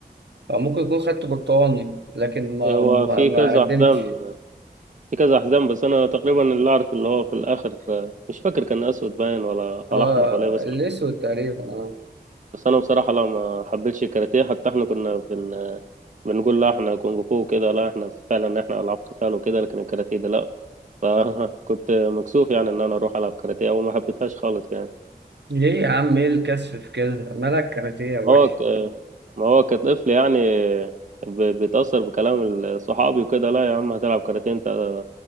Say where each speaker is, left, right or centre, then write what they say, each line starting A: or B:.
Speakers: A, on the right; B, on the right.
A: أو ممكن يكون خدت برتقاني لكن ما
B: هو
A: ما,
B: في
A: ما
B: كذا
A: قدمتش
B: حزام في كذا حزام بس انا تقريبا اللي اعرف اللي هو في الاخر مش فاكر كان اسود باين ولا ولا
A: اه
B: احمر ولا إيه، بس
A: الاسود تقريبا اه
B: بس انا بصراحه لا ما حبيتش الكاراتيه حتى احنا كنا بن بنقول لا احنا كونغ فو وكده لا احنا فعلا احنا العاب قتال وكده لكن الكاراتيه ده لا فكنت <laughs> مكسوف يعني ان انا اروح العب كاراتيه وما حبيتهاش خالص يعني
A: ليه يا عم ايه الكسف في كده مالك كاراتيه يا باشا
B: هو ك... ما هو كطفل يعني ب... بيتاثر بكلام ال- صحابي وكده لا يا عم هتلعب كاراتيه انت